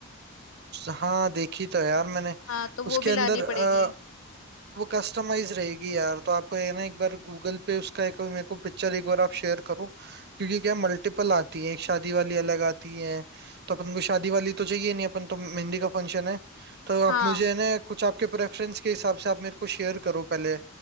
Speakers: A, on the right (about 45°); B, on the left (about 65°).
A: हाँ देखी तो है यार मैंने
B: हाँ तो
A: उसके
B: वो भी
A: अंदर
B: लानी
A: अ,
B: पड़ेगी
A: वो कस्टमाइज रहेगी यार तो आप है ना एक बार गूगल पे उसका एक मेरे को पिक्चर एक बार आप शेयर करो क्योंकि क्या मल्टीपल आती है एक शादी वाली अलग आती है तो अपन को शादी वाली तो चाहिए नहीं अपन तो मेहंदी का फंक्शन है तो
B: हाँ
A: आप मुझे है ना कुछ आपके प्रेफरेंस के हिसाब से आप मेरे को शेयर करो पहले